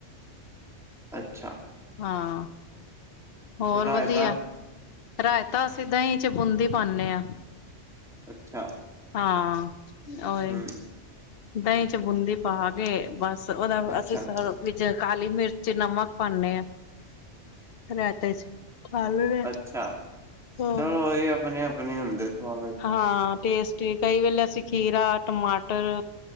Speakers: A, in the centre; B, on the left.
A: ਅੱਛਾ।
B: ਹਾਂ, ਹੋਰ
A: ਰਾਇਤਾ
B: ਵਧੀਆ। ਰਾਇਤਾ ਅਸੀ ਦਹੀਂ 'ਚ ਬੂੰਦੀ ਪਾਉਂਦੇ ਹਾਂ।
A: ਅੱਛਾ।
B: ਹਾਂ, ਓਹੀ
A: ਹੂੰ
B: ਦਹੀਂ ਚ ਬੂੰਦੀ ਪਾ ਕੇ ਬਸ ਉਹਦਾ
A: ਅੱਛਾ
B: ਅਸੀਂ ਵਿੱਚ ਕਾਲੀ-ਮਿਰਚ, ਨਮਕ ਪਾਉਨੇ ਆ। ਰਾਏਤੇ ਚ ਖਾ ਲੋ ਰੇ
A: ਅੱਛਾ
B: ਹੋਰ।
A: ਚਲੋ ਇਹ ਆਪਣੇ-ਆਪਣੇ ਹੁੰਦੇ। ਹਾਂ, ਹਾਂਜੀ। <inaudible>
B: ਹਾਂ ਟੇਸਟੀ, ਕਈ ਵੇਲੇ ਅਸੀਂ ਖੀਰਾ, ਟਮਾਟਰ